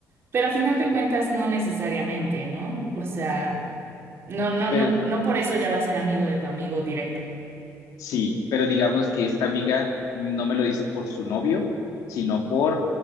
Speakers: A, on the right; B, on the left.
A: pero a final de cuentas no necesariamente, ¿no? O sea... No, no,
B: pero,
A: no, no por eso ya va a ser amigo de tu amigo directo.
B: sí, pero digamos que esta amiga no me lo dice por su novio, sino por